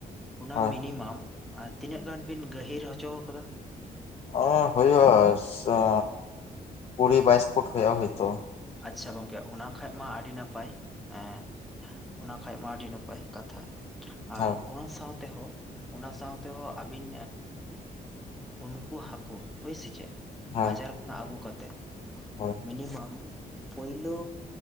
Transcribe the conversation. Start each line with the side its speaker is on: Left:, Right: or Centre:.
Centre: ᱚᱱᱟ
Left: ᱦᱳᱭ
Centre: ᱢᱤᱱᱤᱢᱟᱢ ᱛᱤᱱᱟᱹᱜ ᱜᱟᱱ ᱵᱤᱱ ᱜᱟᱹᱦᱤᱨ ᱦᱚᱪᱚ ᱟᱠᱟᱫᱟ
Left: ᱚ ᱦᱩᱭᱩᱜᱼᱟ ᱠᱩᱲᱤ ᱵᱟᱭᱤᱥ ᱯᱷᱩᱴ ᱦᱩᱭᱩᱜᱼᱟ ᱦᱭᱛᱚ
Centre: ᱟᱪᱪᱷᱟ ᱜᱚᱝᱠᱮ ᱚᱱᱟ ᱠᱷᱟᱡ ᱢᱟ ᱟᱹᱰᱤ ᱱᱟᱯᱟᱭ ᱮᱸ ᱚᱱᱟ ᱠᱷᱟᱡ ᱢᱟ ᱟᱹᱰᱤ ᱱᱟᱯᱟᱭ ᱠᱟᱛᱷᱟ
Left: ᱦᱳᱭ
Centre: ᱟᱨ ᱚᱱᱟ ᱥᱟᱶ ᱛᱮᱦᱚᱸ ᱚᱱᱟ ᱥᱟᱶᱛᱮᱦᱚᱸ ᱟᱹᱵᱤᱱ ᱩᱱᱠᱩ ᱦᱟᱹᱠᱩ ᱦᱳᱭ ᱥᱮ ᱪᱮᱫ
Left: ᱦᱳᱭ
Centre: ᱵᱟᱡᱟᱨ ᱠᱷᱚᱱᱟᱜ ᱟᱹᱜᱩ ᱠᱟᱛᱮᱫ
Left: ᱦᱳᱭ
Centre: ᱢᱤᱱᱤᱢᱟᱢ ᱯᱳᱭᱞᱳ